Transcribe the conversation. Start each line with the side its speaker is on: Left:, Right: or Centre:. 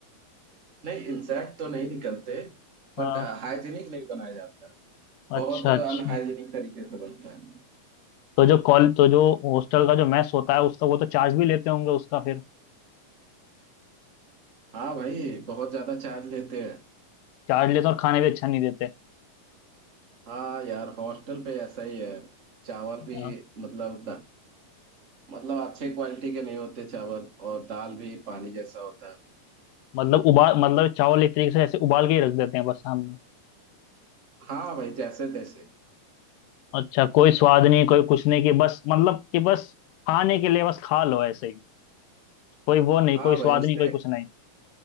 Right: नहीं इंसेक्ट तो नहीं निकलते
Left: हाँ
Right: बट हाइजीनिक नहीं बनाया जाता है, बहुत
Left: अच्छा
Right: अनहाइजीनिक
Left: अच्छा
Right: तरीके से बनता है
Left: तो जो कॉल तो जो हॉस्टल का जो मेस होता है उसका वो तो चार्ज भी लेते होंगे उसका फिर
Right: हाँ भाई बहुत ज्यादा चार्ज लेते हैं
Left: चार्ज लेते हैं और खाने भी अच्छा नहीं देते
Right: हाँ यार हॉस्टल पे ऐसा ही है चावल
Left: हाँ,
Right: भी मतलब मतलब अच्छे क्वालिटी के नहीं होते चावल और दाल भी पानी जैसा होता है
Left: मतलब उबाल मतलब चावल एक तरीके से ऐसे उबाल के ही रख देते हैं बस हम
Right: हाँ भाई जैसे तैसे
Left: अच्छा कोई स्वाद नहीं कोई कुछ नहीं कि बस मतलब कि बस खाने के लिए बस खा लो ऐसे ही कोई वो नहीं
Right: हाँ
Left: कोई
Right: भाई
Left: स्वाद
Right: उससे
Left: नहीं कोई कुछ नहीं